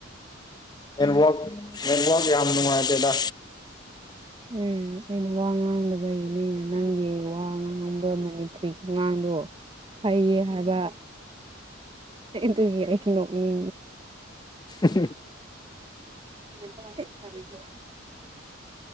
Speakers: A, on the left (about 20°); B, on the right (about 25°).
A: ꯅꯕ ꯌꯦꯋꯥꯛ ꯌꯥꯝ ꯅꯨꯡꯉꯥꯏꯇꯦꯗ
B: ꯎꯝ ꯑꯩꯅ ꯋꯥ ꯉꯥꯡꯗꯕꯩꯅꯦ ꯑꯩꯅ ꯅꯪꯒꯤ ꯋꯥ ꯑꯥꯡꯕ ꯃꯅꯤꯄꯨꯔꯤ ꯑꯉꯥꯡꯗꯣ ꯐꯩꯌꯦ ꯍꯥꯏꯕ ꯏꯇꯅꯣ ꯃꯤ
A: ꯎ
B: ꯌꯦ ꯃ ꯆꯂꯁ